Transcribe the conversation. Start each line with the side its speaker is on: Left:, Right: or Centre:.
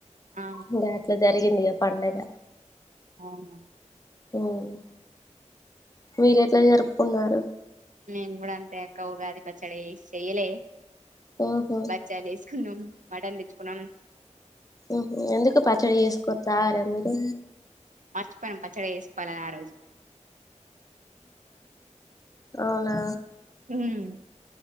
Right: ఆ
Left: ఇంగ అట్ల జరిగింది ఇగ పండగ
Right: అవునా
Left: ఉమ్ మీరు ఎట్లా జరుపుకున్నారు
Right: మేము కూడా అంతే అక్క ఉగాది పచ్చడి చెయ్యలే
Left: మ్మ్ హు
Right: భక్ష్యాలు చేసుకున్నాం మటన్ తెచ్చుకున్నాం
Left: ఉహు ఎందుకు పచ్చడి చేసుకోరు తాగరా మీరు
Right: మర్చిపోయినం పచ్చడి చేసుకోవాలని ఆ రోజు
Left: అవునా
Right: ఉహుం